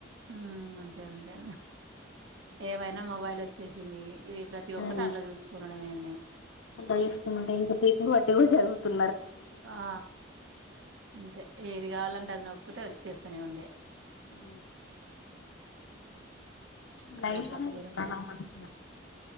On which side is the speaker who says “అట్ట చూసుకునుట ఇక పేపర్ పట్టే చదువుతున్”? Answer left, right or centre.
Left